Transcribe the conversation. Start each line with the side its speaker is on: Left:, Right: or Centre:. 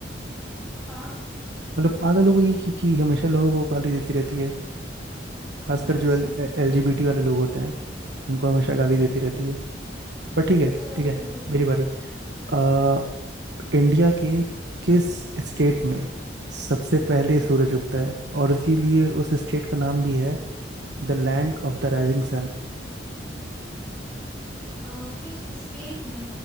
Centre: हाँ
Right: मतलब पागल हो गई है क्योंकि हमेशा लोगों को गाली देती रहती है खासकर
Centre: अच्छा
Right: जो एल एलजीबीटी वाले लोग होते हैं उनको हमेशा गाली
Centre: हम्म
Right: देती रहती है पर ठीक है
Centre: चलो
Right: ठीक
Centre: अब
Right: है
Centre: तुम पूछो
Right: मेरी बारी आ, इंडिया के किस स्टेट में सबसे पहले
Centre: हम्म
Right: सूरज उगता है और इसीलिए उस स्टेट का नाम भी है the land of the rising sun
Centre: अ, किस स्टेट में